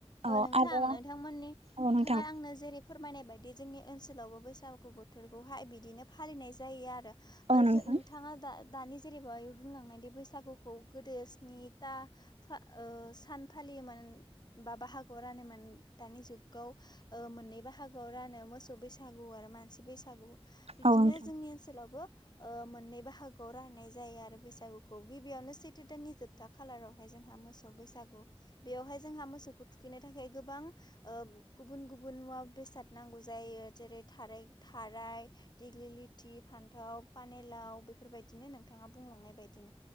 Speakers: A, on the right; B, on the left.
A: औ
B: नोंथां
A: आरो
B: नोंथांमोननि
A: औ
B: नोंथाङा
A: नोंथां
B: आंनो जेरै फोरमायनाय बायदि जोंनि ओनसोलावबो बैसागु बोथोरखौहाय बिदिनो फालिनाय जायो आरो
A: औ
B: ओ
A: नोंथां
B: जों नोंथाङा दा दानि जेरैबा बुंलांनायदि बैसागुखौ गोदो स्निथा ओ सान फालियोमोन बा बाहागोआव रानोमोन दानि जुगाव ओ मोननै बाहागोआव रानो मोसौ बैसागु आरो मानसि बैसागु बिबदिनो
A: औ नोंथां
B: जोंनि ओनसोलावबो ओ मोननै बाहागोआव राननाय जायो आरो बैसागुखौ गिबियावनो सैथो दाननि जोबथा खाालारावहाय जोंहा मोसौ बैसागु बेयावहाय जोंहा मोसौखौ थुखैनो थाखाय गोबां ओ गुबुन गुबुन मुवा बेसाद नांगौ जायो जायो जेरै थाराय थाराय दिग्लिलिथि फान्थाव पानेलाव बेफोरबायदि बिनो नोंथाङा बुंलांनाय बायदिनो